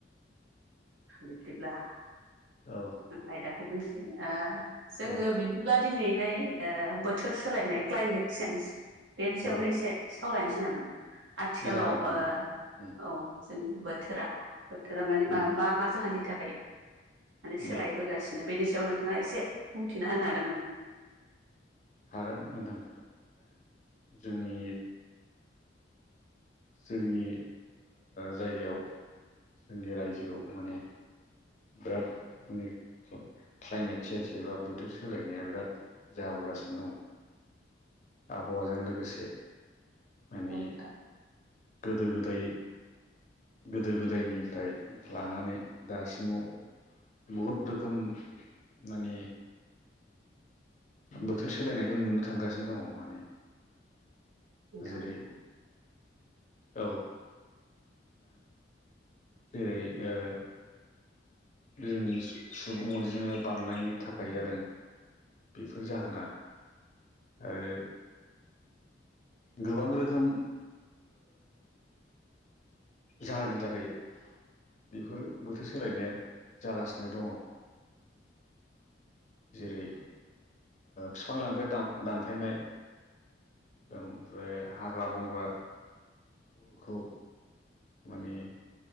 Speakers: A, on the right; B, on the left.
A: बिदिब्ला
B: औ
A: आयदाखौ बुंसै ओ जोङो
B: औ
A: ब्ला दिनैहाय बोथोर सोलायनाय क्लाइमेट चेन्ज बेनि सायावनो
B: औ
A: एसे सावरायनोसै नामा आथिखालाव
B: जागोन नोंथां
A: ओ
B: उम
A: औ जोंनि बोथोरा बोथोरा माने मा
B: उम
A: मा मा जाहोननि थाखाय माने सोलायबोगासिनो
B: उम
A: बेनि सायाव नोंथाङा एसे बुंथिना होनो हागोन नामा?
B: हागोन नोंथां जोंनि जोंनि जायगायाव जोंनि रायजोआव माने बिराद माने क्लाइमेट सेन्ज एबा बोथोर सोलायनाया बिराद जाबोगासिनो दङ आबहावाजों लोगोसे माने
A: औ नोंथां
B: गोदो गोदाय गोदो गोदायनिफ्राय लानानै दासिमाव बहुद रोखोम माने बोथोर सोलायनायखौ नुनो थांगासिनो दङ माने
A: नोंथां
B: जेरै औ जेरै ओ जोंनि सुबुं अनजिमाया बांनायनि थाखाय जादों। बेफोर जाहोना आरो ओ गोबां रोखोम जाहोननि थाखाय बेफोर बोथोर सोलायनाया जागासिनो दङ। जेरै फिफां-लाइफां दानफायनाय ओमफ्राय हाग्रा-बंग्राखौ माने